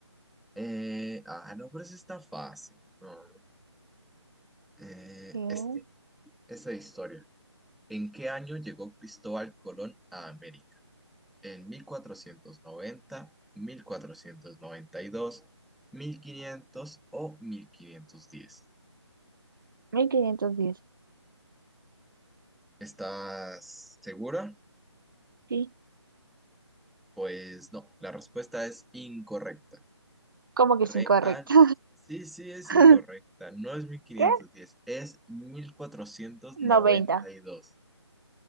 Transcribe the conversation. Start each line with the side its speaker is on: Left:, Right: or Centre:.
Centre: Eh, ah, no, pero ese está fácil. No. Eh,
Right: Sí, ok.
Centre: este, esa historia. ¿En qué año llegó Cristóbal Colón a América? ¿En mil mil cuatrocientos cuatrocientos noventa, mil cuatrocientos noventa y dos, mil quinientos o 1510.
Right: mil quinientos diez?
Centre: ¿Estás segura?
Right: Sí.
Centre: Pues no, la respuesta es incorrecta.
Right: ¿Cómo que
Centre: Real.
Right: es incorrecto?
Centre: Sí, sí, es
Right: <laughs>
Centre: incorrecta. No es mil quinientos
Right: ¿Qué?
Centre: diez, es mil cuatrocientos noventa
Right: 90.
Centre: y dos.